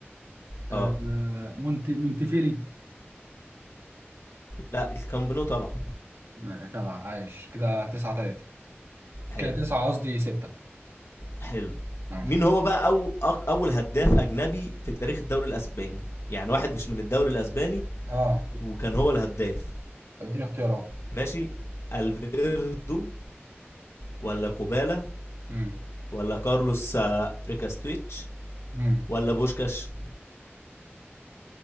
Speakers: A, on the right; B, on the left.
A: آه،
B: اه
A: آه، مونت مونتفيلي
B: لا الكامب نو طبعا
A: آه، جدع عايش كده 9 3
B: حلو
A: كده 9 قصدي 6
B: حلو
A: عايش
B: مين هو بقى أو أك- أول هداف أجنبي في تاريخ الدوري الأسباني يعني واحد مش من الدوري الأسباني
A: اه
B: وكان هو الهداف
A: اديني اختيارات
B: ماشي الفيردو ولا كوبالا
A: امم
B: ولا كارلوس آه، ريكاستويتش
A: امم
B: ولا بوشكاش